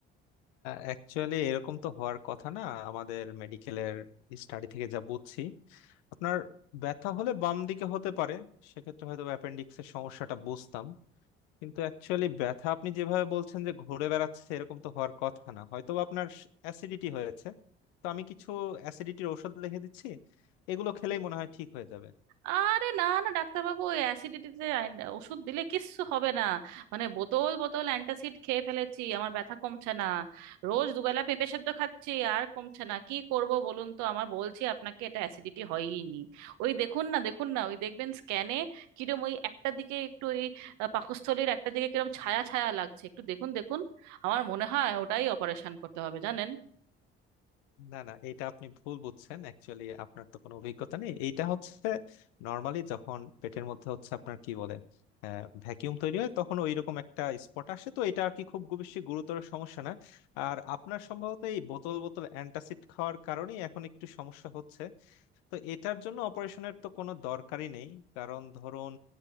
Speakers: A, on the left (about 75°); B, on the right (about 70°).
A: অ্যাকচুয়ালি এরকম তো হওয়ার কথা না আমাদের মেডিকেলের স্টাডি থেকে যা বুঝছি আপনার ব্যথা হলে বাম দিকে হতে পারে সেক্ষেত্রে হয়তো অ্যাপেন্ডিক্সের সমস্যাটা বুঝতাম কিন্তু অ্যাকচুয়ালি ব্যথা আপনি যেভাবে বলছেন যে ঘুরে বেড়াচ্ছে এরকম তো হওয়ার কথা না হয়তো বা আপনার অ্যাসিডিটি হয়েছে তো আমি কিছু অ্যাসিডিটির ওষুধ লিখে দিচ্ছি এগুলো খেলেই মনে হয় ঠিক হয়ে যাবে
B: আরে না না ডাক্তারবাবু ওই অ্যাসিডিটিতে ওষুধ দিলে কিচ্ছু হবে না মানে বোতল বোতল অ্যান্টাসিড খেয়ে ফেলেছি আমার ব্যথা কমছে না রোজ দুবেলা পেঁপে সেদ্ধ খাচ্ছি আর কমছে না কি করব বলুন তো আমার বলছি আপনাকে এটা অ্যাসিডিটি হয়ই নি ওই দেখুন না দেখুন না ওই দেখবেন স্ক্যানে কিরম ওই একটা দিকে একটু ওই আহ, পাকস্থলীর একটা দিকে কিরম ছায়া ছায়া লাগছে একটু দেখুন দেখুন আমার মনে হয় ওটাই অপারেশন করতে হবে জানেন
A: না না এটা আপনি ভুল বুঝছেন অ্যাকচুয়ালি আপনার তো কোনো অভিজ্ঞতা নেই এইটা হচ্ছে নর্মালি যখন পেটের মধ্যে হচ্ছে আপনার কি বলে ভ্যাকিউম তৈরি হয় তখন ওইরকম একটা স্পট আসে তো এটা আর কি খুব গু- বেশি গুরুতর সমস্যা না আর আপনার সম্ভবত এই বোতল বোতল অ্যান্টাসিড খাওয়ার কারণেই এখন একটু সমস্যা হচ্ছে তো এটার জন্য অপারেশনের তো কোনো দরকারই নেই কারণ ধরুন